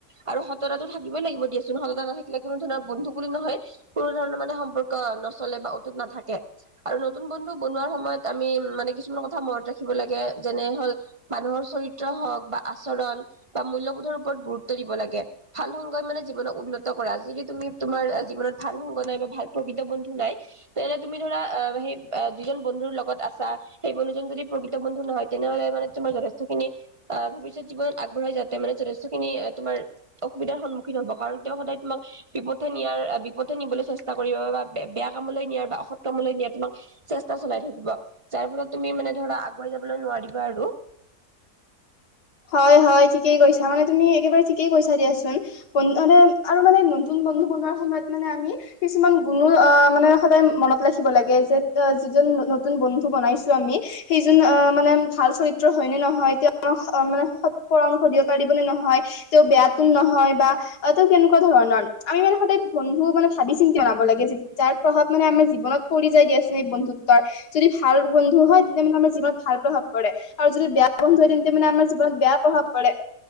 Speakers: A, on the right; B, on the left.
A: আৰু সততা থাকিবই লাগিব দিয়াচোন সততা নাথাকিলে কোনো ধৰণৰ বন্ধু বুলি নহয়। কোনো ধৰণৰ মানে সম্পৰ্ক নচলে বা অটুত নাথাকে। আৰু নতুন বন্ধু বনোৱাৰ সময়ত আমি মানে কিছুমান কথা মনত ৰাখিব লাগে যেনে হল মানুহৰ চৰিত্ৰ হওক বা আচৰণ। বা মূল্যবোধৰ ওপৰত গুৰুত্ব দিব লাগে ভাল সংগয় মানে জীৱনক উন্নত কৰে যিটো তুমি তোমাৰ জীৱনত ভাল ভংগ নাই বা ভাল প্ৰকৃত বন্ধু নাই তেনেহলে তুমি ধৰা অ সেই যিজন বন্ধুৰ লগত আছা সেই বন্ধুজন যদি প্ৰকৃত বন্ধু নহয় তেনেহলে মানে তোমাৰ যথেষ্টখিনি আহ ভৱিষ্যত জীৱন আগবঢ়াই যাতে মানে যথেষ্টখিনি তোমাৰ অসুবিধাৰ সন্মুখীন হ'ব কাৰণ তেওঁ সদায় তোমাক বিপথে নিয়াৰ বিপথে নিবলৈ চেষ্টা কৰিব বা বেয়া কামলৈ নিয়াৰ বা অসৎ কামলৈ নিয়াৰ তোমাক চেষ্টা চলাই থাকিব যাৰ ফলত তুমি মানে ধৰা আগুৱাই যাবলৈ নোৱাৰিবা আৰু।
B: হয় হয় ঠিকেই কৈছা মানে তুমি একেবাৰে ঠিকেই কৈছা দিয়াচোন। ব মানে আৰু মানে নতুন বন্ধু বনোৱাৰ সময়ত মানে আমি কিছুমান গুণো আহ মানে সদায় মনত ৰাখিব লাগে যে যিজন নতুন বন্ধু বনাইছো আমি। সেইজন আহ মানে ভাল চৰিত্ৰ হয়নে নহয় তেওঁতিয়া। অ মানে সৎ পৰামৰ্শ দিবলৈ পাৰিব নে নহয় তেওঁ বেয়াতো নহয় বা অ' তো কেনেকুৱা ধৰণৰ আমি মানে সদায় বন্ধু মানে ভাবি চিন্তি জনাব লাগে যাৰ প্ৰভাৱ মানে আমাৰ জীৱনত। কৰি যাই দিয়াছোন এই বন্ধুত্বৰ। যদি ভাল বন্ধু হয় তেন্তে মানে আমাৰ জীৱনত ভাল প্ৰভাৱ পৰে আৰু যদি বেয়া বন্ধু হয় তেন্তে মানে আমাৰ। বেয়া প্ৰভাৱ পৰে।